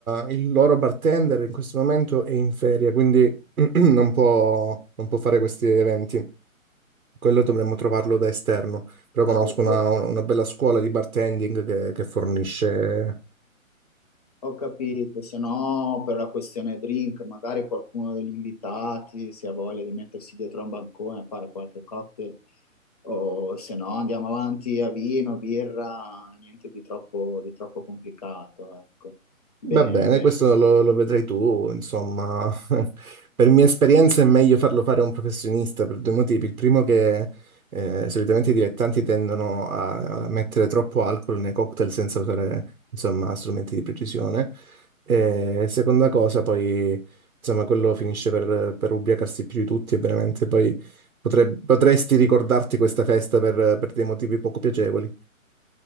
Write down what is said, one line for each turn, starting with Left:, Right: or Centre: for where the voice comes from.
Right: eh, il loro bartender in questo momento è in ferie, quindi <clears throat> non può, non può fare questi eventi. Quello dovremmo trovarlo da esterno, però conosco
Left: Ah, oppure
Right: una, una bella scuola di bartending che, che fornisce
Left: Ho capito, se no per la questione drink, magari qualcuno degli invitati se ha voglia di mettersi dietro a un bancone a fare qualche cocktail, o se no andiamo avanti a vino, birra, niente di troppo, di troppo complicato, ecco. Bene,
Right: Va bene,
Left: bene.
Right: questo lo, lo vedrai tu, insomma, <laughs> per mia esperienza è meglio farlo fare a un professionista per due motivi. Il primo che eh, solitamente i dilettanti tendono a, a mettere troppo alcol nei cocktail senza usare, insomma, strumenti di precisione. E seconda cosa, poi, insomma, quello finisce per, per ubriacarsi più di tutti e veramente poi potre- potresti ricordarti questa festa per per dei motivi poco piacevoli.